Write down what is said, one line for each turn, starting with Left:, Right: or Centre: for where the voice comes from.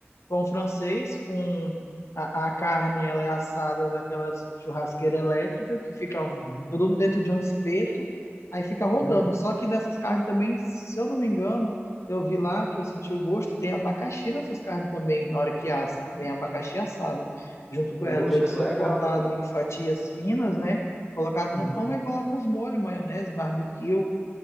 Left: pão francês com a, a carne, ela é assada naquela churrasqueira elétrica que fica um-
Centre: Uhum.
Left: todo dentro de um espeto, aí fica rodando.
Centre: Uhum.
Left: Só que nessas carnes também, se eu não me engano, eu vi lá que eu senti o gosto, tem abacaxi nessas carnes também, na hora que assa.
Centre: uhum.
Left: Vem abacaxi assado junto com
Centre: Poxa,
Left: elas. Eles
Centre: que
Left: são
Centre: legal,
Left: cortados
Centre: ó.
Left: em fatias finas, né? Colocado
Centre: Uhum.
Left: no pão e coloca uns molhos, maionese, barbecue